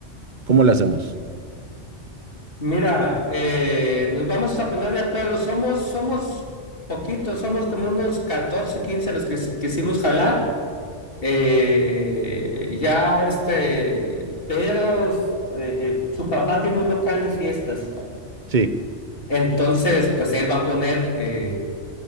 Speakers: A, on the right; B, on the left.
A: ¿cómo le hacemos?
B: Mira, eh, nos vamos a poner de acuerdo. Somos, somos poquitos, somos como unos 14 15 los que quisimos jalar. Eh, ya este, pero eh, eh, su papá tiene un local de fiestas.
A: Sí.
B: Entonces, pues él va a poner eh,